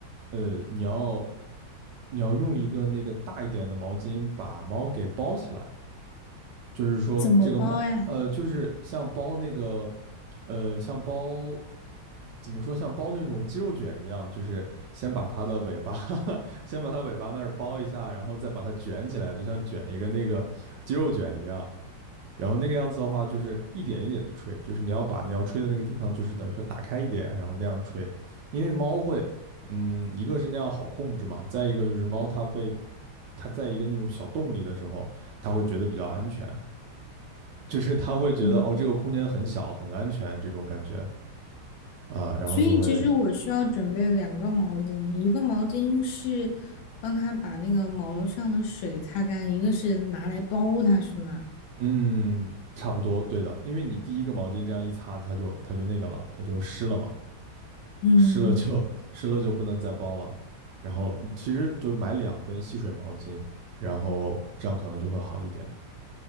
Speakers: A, on the right (about 75°); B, on the left (about 75°).
A: 呃，你要你要用一个那个大一点的毛巾把猫给包起来，就是说这个猫，
B: 怎么包呀？
A: 呃，就是像包那个，呃，像包怎么说，像包那种鸡肉卷一样，就是先把它的尾巴，<laughs> 先把它尾巴那儿包一下，然后再把它卷起来，就像卷一个那个鸡肉卷一样。然后那个样子的话，就是一点一点的吹，就是你要把你要吹的那个地方，就是等于说打开一点，然后那样吹。因为猫会，嗯，一个是那样好控制嘛，再一个就是猫它被它在一个那种小洞里的时候，它会觉得比较安全。就是他会觉得哦，
B: 嗯。
A: 这个空间很小，很安全这种感觉啊，然后就会
B: 所以其实我需要准备两个毛巾，一个毛巾是帮他把那个毛上的水擦干，一个是拿来包它，是吗？
A: 嗯，差不多对的，因为你第一个毛巾这样一擦，它就它就那个了，它就湿了嘛，
B: 嗯，
A: 湿了就湿了就不能再包了，然后其实就买两根吸水毛巾，然后这样可能就会好一点。